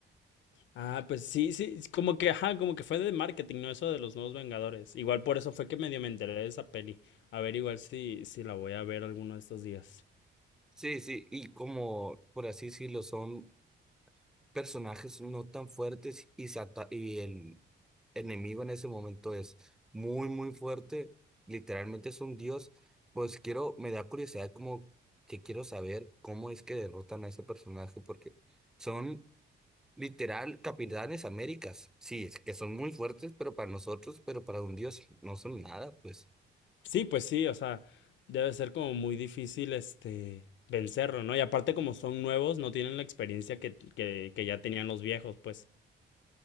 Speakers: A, on the left; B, in the centre.
A: Ah, pues sí, sí, es como que, ajá, como que fue de marketing, no eso de los nuevos Vengadores. Igual por eso fue que medio me enteré de esa peli. A ver, igual si, si la voy a ver alguno de estos días.
B: Sí, sí, y como por así decirlo, son personajes no tan fuertes y, se ata- y el enemigo en ese momento es muy, muy fuerte, literalmente es un dios, pues quiero, me da curiosidad como que quiero saber cómo es que derrotan a ese personaje porque... Son Literal, Capitanes Américas. Sí, es que son muy fuertes, pero para nosotros, pero para un dios, no son nada, pues.
A: Sí, pues sí, o sea, debe ser como muy difícil este vencerlo, ¿no? Y aparte como son nuevos, no tienen la experiencia que, que, que ya tenían los viejos, pues.